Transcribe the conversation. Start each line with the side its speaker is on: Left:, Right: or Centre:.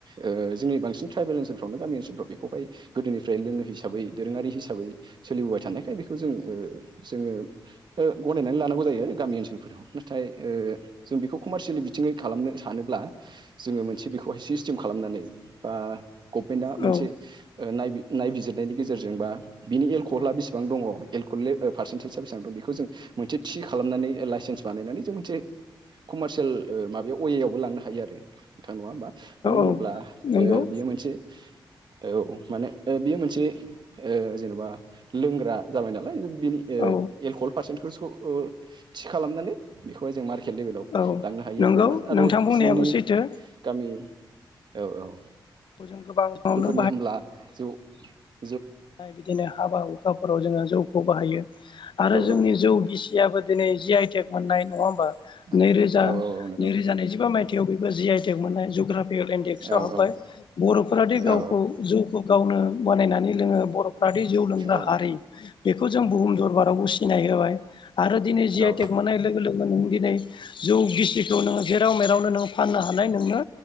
Right: ओ जोंनि बांसिन ट्राइबेल ओनोलफ्रावनो गामि ओनसोलफ्राव बे बेखौहाय गोदोनिफ्राय लोङो हिसाबै, दोरोङारि हिसाबै सोलिबोबाय थानायखाय बेखौ जों ओ जोङो ओ गनायनानै लानांगौ जायो आरो गामि ओनसोलफोराव नाथाय जों बेखौ कमारसियेलि बिथिङै खालाम नो सानोब्ला जोङो मोनसे बेखौहाय सिस्टेम खालामनानै, बा गभमेन्टआ मोनसे
Left: औ
Right: ओ नाय नायबिजिरनायनि गेजेरजोंबा बिनि एलक'हला बेसेबां दङ एलक'हल पारसेन्टेजआ बेसेबां दं बे बेखौ जों मोनसे थि खालामनानै लाइसेन्स बानायनानै जों मोनसे कमारसियेल ओ माबायाव अवे आवबो लांनो हायो आरो, नोंथां नङा होमबा? मानो होनोब्ला
Left: औ नंगौ
Right: ओ बियो मोनसे औ माने ओ बियो मोनसे ओ जेन'बा लोंग्रा जाबाय नालाय बिनि ओ
Left: औ
Right: एलकहल पारसेेनटेजखौ ओ थि खालामनानै बेखौहाय जों मार स्टेट लेभेलाव
Left: औ
Right: लांनो हायो
Left: नंगौ
Right: आरो बा आरो
Left: नोंथां बुंनायाबो
Right: जोंनि
Left: सैथो
Right: गामि औ औ
Left: खौ जों गोबां मावनो
Right: बे होनब्ला जोउ
Left: नाय बिदिनो हाबा हुखाफोराव जोङो जौखौ बाहायो, आरो
Right: औ
Left: जोंनि
Right: औ
Left: जौ गिसियाबो दिनै जिआइटेक मोननाय नङा होमबख
Right: औ
Left: नैरोजा
Right: औ औ नंगौ
Left: नैरोजानैजिबा माइथायाव बेखौ जिआइटेक मोननाय जु जुग्राफिएल इन्डेक्सआव
Right: औ
Left: हाबबाय
Right: औ
Left: बर'फोराादि गावखौ
Right: औ
Left: जौखौ गावनो बानायनानै लोङो। बर'फादि जौ लोंग्रा
Right: औ
Left: हारि बेखौ जों बुहुम दरबारावबो सिनाय होबाय। आरो दिनै जि
Right: औ
Left: आइ टेक मोननाय लोगो लोगो नों दिनै जौ गिसिखौ नोङो जेराव मेरावनो नों फाननो हानाय नोंनो